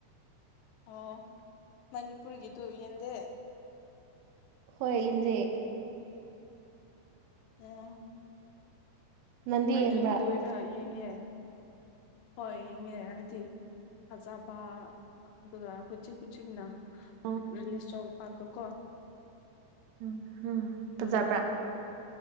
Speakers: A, on the left; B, on the right.
A: ꯑꯣ ꯃꯅꯤꯄꯨꯔꯤꯒꯤꯗꯨ ꯌꯦꯟꯗꯦ
B: ꯍꯣꯏ ꯌ‌ꯦꯟꯗ‌ꯦ
A: ꯎꯝ
B: ꯅꯪꯗꯤ
A: ꯑꯩꯖꯨ
B: ꯌꯦꯡꯕ꯭ꯔꯥ
A: ꯎ‌ ꯑꯥ ꯌꯦꯡꯉꯦ ꯍꯣꯏ ꯌꯦꯡꯉꯦ ꯍꯥꯏꯗꯤ ꯐꯖꯕ ꯑꯗꯨꯒ ꯍꯧꯨꯖꯤꯛ ꯍꯧꯨꯖꯤꯛꯅ
B: ꯎꯝ
A: ꯔꯤꯂꯤꯁ ꯇ ꯄꯥꯛꯀꯣꯀꯣ
B: ꯎꯝ ꯎꯝ ꯐꯖꯥꯕ꯭ꯔ
A: ꯎꯔꯦ